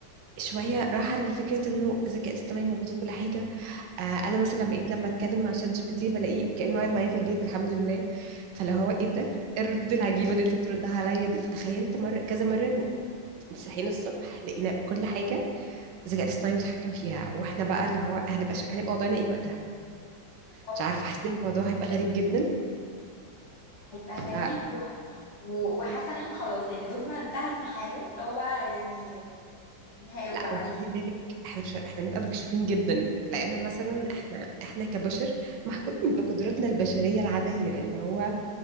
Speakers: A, on the right (about 70°); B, on the left (about 40°).
A: شوية راحة لفكرة انه الذكاء الاصطناعي موجود في كل حاجة آه انا مثلا بقيت لما اتكلم مع شات جي بي تي بلاقيه كأنه قاعد معايا في البيت الحمد لله فلو هو ايه ده؟ ايه الردود العجيبة اللي انت بتردها عليا دي فتخيلت مرة كذا مرة انه صحينا الصبح لقينا كل حاجة الذكاء الاصطناعي متحكم فيها واحنا بقى اللي هو هنبقى ش... هنبقى وضعنا ايه وقتها
B: طب
A: مش عارفه حسيت إن الموضوع هيبقى غريب جدا
B: هيبقى غريب
A: فلا
B: و... و- وحاسه ان احنا خلاص يعني دورنا انتهى في الحياه اللي هو بقى يعني نهايه وبعدين
A: وخدي بالك احنا مش احنا نبقى مكشوفين جدا لان مثلا احنا احنا كبشر محكومين بقدراتنا البشريه العاديه اللي هو